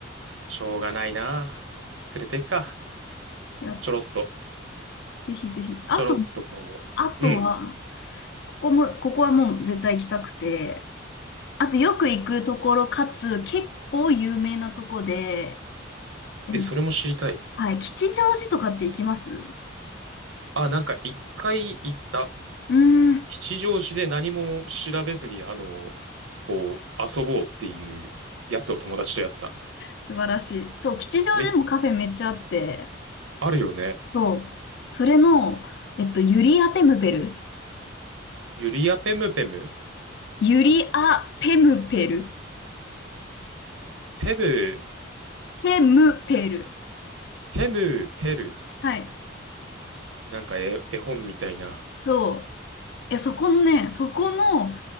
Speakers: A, on the right; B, on the left.
A: しょうがないな。連れてくか。
B: いや、
A: ちょろっと。
B: ぜひぜひ。あと、
A: ちょろっとこう。
B: あとは、
A: うん。
B: ここも、ここはもう絶対行きたくて、あとよく行くところかつ結構有名なとこで、でも、
A: え、それも知りたい。
B: はい、吉祥寺とかって行きます
A: あ、なんか一回行った。
B: うーん、
A: 吉祥寺で何も調べずに、あの、こう、遊ぼうっていうやつを友達とやった。
B: 素晴らしい。そう、吉祥寺もカフェめっちゃあって、
A: め、あるよね。
B: そう、それの、えっと、ユリアペムペル。
A: ユリア・ペムペム
B: ユリアペムペル。
A: ペム、
B: ペムペル。
A: ペム、ペル。
B: はい。
A: なんか絵、絵本みたいな。
B: そう。え、そこのね、そこの